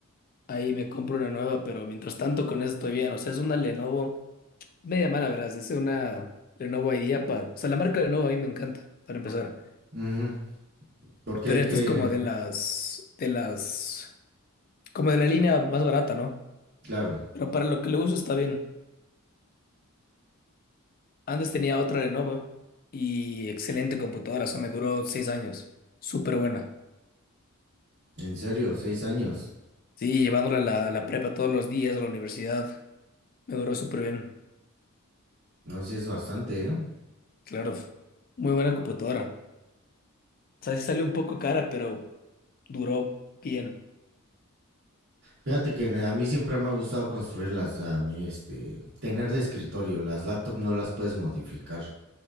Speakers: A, on the left; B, on the right.
A: Ahí me compro una nueva, pero mientras tanto con eso estoy bien. O sea, es una Lenovo. Media mala, verás. Es una Lenovo IdeaPad. O sea, la marca Lenovo a mí me encanta, para empezar.
B: ujú. ¿Por qué?
A: Pero esta
B: ¿Qué?
A: es como de las, de las, como de la línea más barata, ¿no?
B: Claro,
A: Pero para lo que le uso está bien. Antes tenía otra Lenovo y excelente computadora. O sea, me duró seis años. Súper buena.
B: en serio, seis años.
A: Sí, llevándola a la, a la prepa todos los días, a la universidad. Me duró súper bien.
B: No, sí es bastante, ¿eh?
A: Claro, muy buena computadora. O sea, sí salió un poco cara, pero duró bien.
B: Fíjate que a mí siempre me ha gustado construirlas, a mí este, tener de escritorio, las laptops no las puedes modificar,